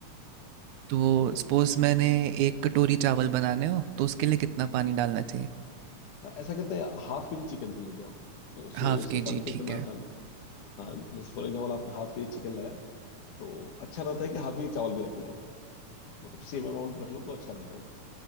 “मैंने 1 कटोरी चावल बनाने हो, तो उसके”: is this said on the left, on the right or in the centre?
Right